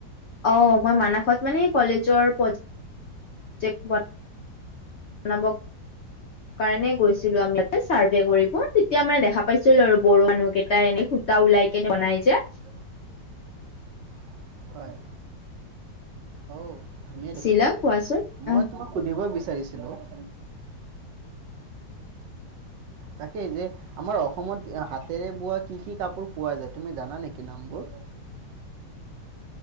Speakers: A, on the left (about 80°); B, on the right (about 75°).
A: অ' মই মানাসত মানে কলেজৰ প্ৰজেক্ট <unintelligible> কাৰণে গৈছিলো, আমি তাতে চাৰ্ভে কৰিব। তেতিয়া মানে দেখা পাইছিলো আৰু বড়ো মানুহ কেইটা এনেই সূতা ওলাই কেনে বনাই যে
B: <inaudible> হয় অও', ধুনীয়া দেখোন
A: চিলা কোৱাচোন
B: মই
A: আহ
B: তোমাক সুধিব বিচা চাৰিছিল অ', তাকেই যে আমাৰ অসমত হাতেৰে বোৱা কি কি কাপোৰ পোৱা যায়। তুমি জানা নেকি? নামবোৰ উ <inaudible>